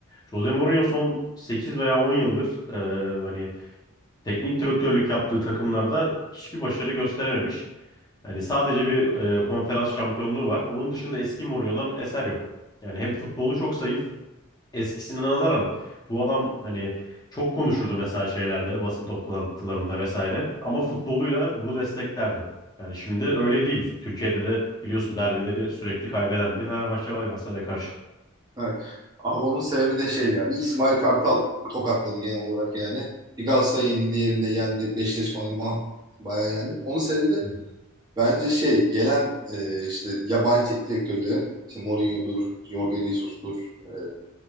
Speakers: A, on the left; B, on the right.
A: Jose Mourinho son 8 veya 10 yıldır e, hani teknik direktörlük yaptığı takımlarda hiçbir başarı gösterememiş. Yani sadece bir e, konferans şampiyonluğu var. Onun dışında eski Mourinho'dan eser yok. Yani hem futbolu çok zayıf eskisine nazaran bu adam hani çok konuşurdu mesela şeylerde, basın toplantılarında vesaire ama futboluyla bunu desteklerdi. Yani şimdi öyle değil. Türkiye'de de biliyorsun derbileri sürekli kaybeden bir Fenerbahçe var Galatasaray'a karşı.
B: Evet. Abi onun sebebi de şey ya. Bir İsmail Kartal tokatladı genel olarak yani. Bir Galatasaray yenildi, diğerinde yendi. Beşiktaş falan mah bayağı yendi. Onun sebebi de
A: Hı hı.
B: bence şey gelen e, işte yabancı teknik direktörlerin işte Mourinho'dur, Jorge Jesus'tur, e,